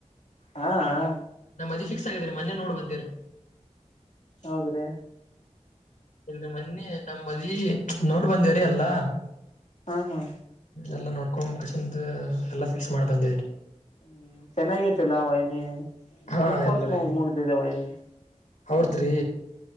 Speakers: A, on the left; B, on the left.
A: ಹಾ ಹ
B: ಮದಿ ಫಿಕ್ಸ್ ಆಗಿದೀರಿ ಮೊೆ ನೋಡ್ ಬಂದಿರ
A: ಹೌದ್ರೀ
B: ಇಲ್ ಮೊನ್ನೆ ನಮ್ಮ್ ಮದಿ ನೋಡ್ ಬಂದವರಿೀ ಅಲ್ಲಾ
A: ಹಾ ಹಾ
B: ಎಲ್ಲಾ ನೋಡ್ಕೊಂಡ್ಸಂದ್ ಎಲ್ಲಾ ಫಿಕ್ಸ್ ಮಾಡಿ ಬಂದಿದರಿ
A: ಹ್ಮ್ ಚೆನ್ನಾಗಿತಿಲ್ಲ ಅವಾಯನ
B: ಹಾ
A: ಏನ್ ಕೊರ್ಸ್
B: ಎಲ್ರಿ
A: ಮುಗ ಮುಗ್ದಿದೆೇವನನ್
B: ಅವ್ರದ್ರಿ